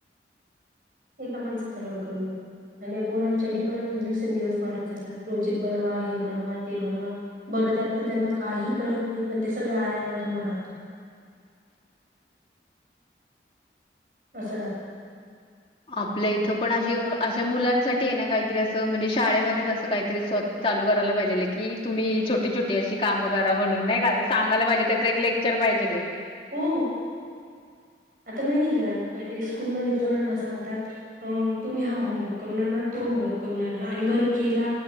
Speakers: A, on the right; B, on the left.
A: ऐका माणसाचा लोड कमी होत आणि पोरांच्या डिमाांड दिवसेंदिवस वाढत जातात प्रोजेक्ट बनवा हे बनवा ते बनवा बरं त्यातल त्यांना काही कळत नाही पण ते सगळ आयांनवर लोड राहतो असं राहतं
B: आपलं इथं पण अे अशा मुलांसाठी आहे ना काहीतरी असं म्हणजे शाळेमध्येच असं काहीतरी स्व चालु करायला पाहिजे की तुम्ही छोट छोटीशी काम करा म्हणून नाही का सांगायला पाहिजे त्याचं एक लेक्चर पाहिजे
A: हो आता माहिती आहे का म्हजे <unintelligible> स्कूलमध्ये पोरांना सांगतात अ तुम्ही हा होमवर्क करुन आना तो होमवर्क करून आना आणि बरं केला